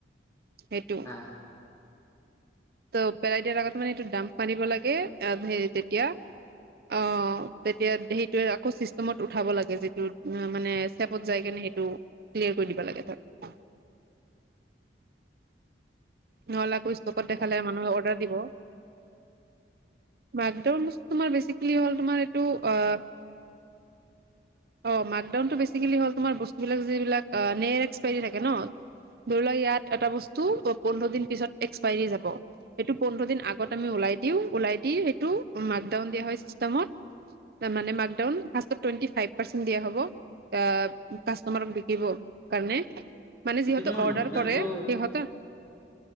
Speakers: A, on the right (about 55°); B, on the left (about 15°).
A: সেইটোৱে।
B: হা
A: ত পেলাই দিয়াৰ আগত মানে এইটো ডাম্প মাৰিব লাগে হে তেতিয়া অ তেতিয়া হিটোৱে আকৌ চিষ্টেমত উঠাব লাগে যিটো মানে চেপত যায় কে <unintelligible> নহলাকৈ আকৌ ষ্টকত দেখালে মানুহে অৰ্ডাৰ দিব। বাকডাউন তোমাৰ বেচিকেলি হল তোমাৰ এইটো আহ <unintelligible> অ মাকডাউনটো বেচিকেল হ তাৰ বস্ত যিলাক নে এক্সপী থাকে ন? ধৰি লোৱা ইয়াত এটা বস্তু ি উ <unintelligible> <unintelligible> আহ কাষ্টমাৰক বিকিব কাৰণে মানে
B: এইটো
A: যিহেতু
B: তোমাৰ
A: অৰ্ডাৰ
B: মাকডাউনটো
A: কৰে সিহঁত